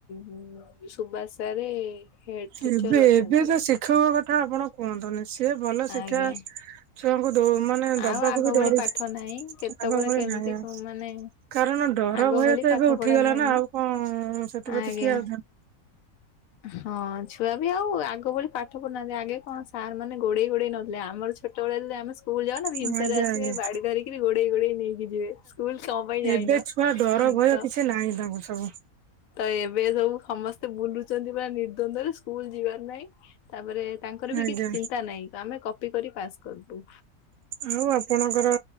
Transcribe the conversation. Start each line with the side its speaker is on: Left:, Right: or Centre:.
Left: ଉମ୍ ସୁବାସ ସାରେ ହେଡ ଟିଚର
Right: ଏବେ
Left: ଅଛନ୍ତି
Right: ଏବେ ଯଉ ଶିକ୍ଷକ କଥା ଆପଣ କୁହନ୍ତୁନି, ସିଏ ଭଲ ଶିକ୍ଷା
Left: ଆଜ୍ଞା।
Right: ଛୁଆଙ୍କୁ ଦୋ ମାନେ ଦବାକୁ
Left: ଆଉ ଆଗ
Right: ବି
Left: ଭଳି
Right: ଡରୁଚନ୍ତି,
Left: ପାଠ ନାହିଁ କେତେବେଳେ
Right: ଆଗ ଭଳି
Left: କେମିତି
Right: ନାଇଁ ଆଉ।
Left: ମାନେ
Right: କାରଣ ଡର
Left: ଆଗ
Right: ଭୟ
Left: ଭଳି
Right: ତ
Left: ପାଠ
Right: ଏବେ ଉଠିଗଲା
Left: ପଢା ନାହିଁ
Right: ନା, ଆଉ କଣ, ସେଥିପ୍ରତି
Left: ଆଜ୍ଞା
Right: କିଏ ଆଉ ଧ୍ଯାନ
Left: ହଁ ଛୁଆ ବି ଆଉ ଆଗ ଭଳି ପାଠ ପଢୁନାହାନ୍ତି, ଆଗେ କଣ ସାର୍ ମାନେ ଗୋଡେଇ ଗୋଡେଇ ନଉଥିଲେ, ଆମର ଛୋଟ ବେଳେ ହେଲେ ଆମେସ୍ ସ୍କୁଲ ଯାଉ ନା
Right: ଧ୍ୟାନ
Left: ଭିମସାରେ
Right: ଆଜ୍ଞା
Left: ଆସିବେ
Right: ଆଜ୍ଞା
Left: ବାଡି ଧରିକିରି ଗୋଡେଇ ଗୋଡେଇ ନେଇକି ଯିବେ, ସ୍କୁଲ ସଁ ପାଇଁ ଯାଇନ।
Right: ଏବେ ଛୁଆ ଡ଼ର ଭୟ
Left: ତ
Right: କିଛି ନାହିଁ ତାଙ୍କୁ ସବୁ।
Left: ତ ଏବେ ସବୁ ସମସ୍ତେ ବୁଲୁଚନ୍ତି ପରା ନିର୍ଦ୍ଦ୍ୱନ୍ଦରେ ସ୍କୁଲ ଯିବାର ନାହିଁ, ତାପରେ ତାଙ୍କର ବି
Right: ଆଜ୍ଞା
Left: କିଛି ଚିନ୍ତା ନାହିଁ ଆମେ କପି କରି ପାସ୍ କରିଦବୁ।
Right: ଆଉ ଆପଣଙ୍କର